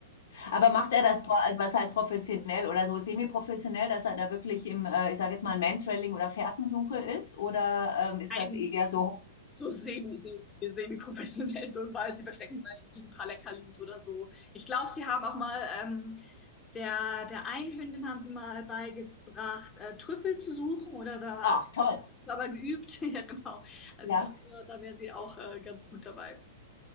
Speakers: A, on the left; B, on the left.
A: Aber macht er das, pro- also was heißt professionell oder so semi-professionell, dass er da wirklich im, äh, ich sage jetzt mal, Mantrailing oder Fährtensuche ist? Oder ähm, ist
B: Ein
A: das eher so,
B: So semi, semi, semi-professionell, so im Wald. Sie verstecken mal irgendwie ein paar Leckerlis oder so. Ich glaube, sie haben auch mal, ähm, der, der einen Hündin haben sie mal beigebracht, äh, Trüffel zu suchen oder da
A: ach toll,
B: aber geübt. <laughs> Ja, genau. Also
A: ja,
B: ich glaube, da, da wäre sie auch äh, ganz gut dabei.